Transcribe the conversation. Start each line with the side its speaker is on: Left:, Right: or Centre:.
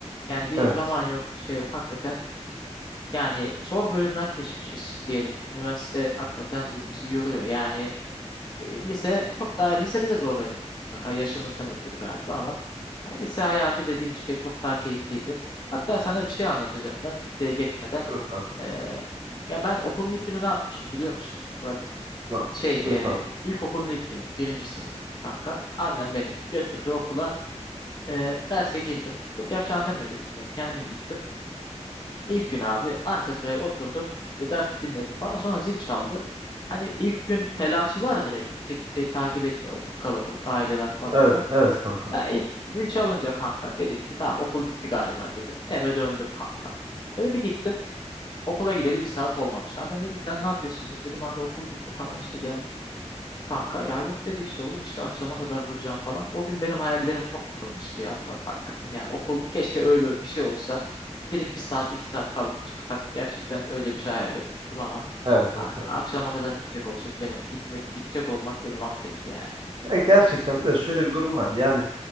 Left: Yani bir
Right: Evet.
Left: zaman yok, bir şey yok. Hakikaten yani zor bölümler seçmişiz diyelim. Üniversite hakikaten
Right: <laughs>
Left: bizi yoruyor. Yani e, lise çok daha lisede de zorlanıyorduk mutlaka yaşımızdan ötürü galiba ama ha, lise hayatı dediğim şey çok daha keyifliydi. Hatta sana bir şey anlatacağım ben liseye geçmeden.
Right: Buyur kanka.
Left: E, ya ben okulun ilk günü ne yapmıştım biliyor musun? Murat?
Right: Ha,
Left: Şey
Right: buyur
Left: e,
Right: kanka.
Left: ilkokulun ilk günü birinci sınıf kanka. Annem beni götürdü okula E, derse girdim. Yok gerçi annem de götürmedi kendim gittim. İlk gün abi arka sıraya oturdum. İşte dersi dinledim falan. Sonra zil çaldı. Hani ilk gün telaşı vardır ya, Kimse kimseyi takip etmiyor. Okul kalabalık, aileler falan
Right: Evet,
Left: var.
Right: evet kanka.
Left: Ben ilk zil çalınca kanka dedim ki tamam okul bitti galiba dedim. Eve döndüm kanka. Eve bir gittim. Okula gideli bir saat olmamış. Annem dedi ki sen ne yapıyorsun? Dedim anne okul bitti falan işte geldim. Kanka ya yok dedi işte oğlum işte akşama kadar duracağım falan. O gün benim hayallerim çok kurulmuştu ya Murat hakikaten. Yani okul keşke öyle bir şey olsa. Gidip bir saat iki saat kalıp çıksak gerçekten öyle bir şey hayal etmiştim ama
Right: Evet,
Left: a-
Right: evet, evet.
Left: akşama kadar gidecek olacak benim gitmek gidecek olmak beni mahvetti yani.
Right: Ya gerçekten bir de şöyle bir durum var. Yani